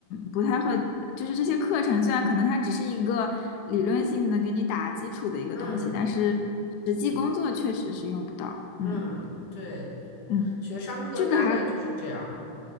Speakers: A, on the left; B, on the left.
A: 不太会，就是这些课程虽然可能它只是一个理论性的给你打基础的一个东西，
B: 嗯
A: 但是实际工作确实是用不到。嗯
B: 嗯，对对，
A: 嗯，
B: 学商科大概就是这样。
A: 这个还